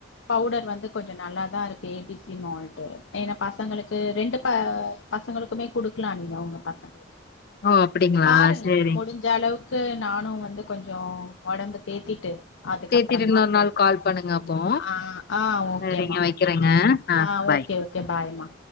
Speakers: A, on the left; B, on the left.
A: பவுடர் வந்து கொஞ்சோ நல்லாதாருக்கு ஏபிசி மால்ட் ஏன்னா பசங்களுக்கு ரெண்டு ப பசங்களுக்குமே குடுக்லா நீங்க உங்க பசங்களுக்கு
B: ஓ அப்டிங்களா
A: பாருங்க
B: சேரிங்க
A: முடிஞ்சளவு க்கு நானு வந்து கொஞ்சோ ஒடம்ப தேத்திட்டு அதுக்கப்பறமா
B: சேரி திரும்பி இன்னொரு
A: சரி
B: நாள் கால் பண்ணுங்க அப்போ
A: ஆ ஆ ஓகே
B: சேரிங்க
A: மா
B: வைக்கிறேங்க
A: ஓகே ஆ
B: பாய்
A: ஓகே ஓகே கே பாய்மா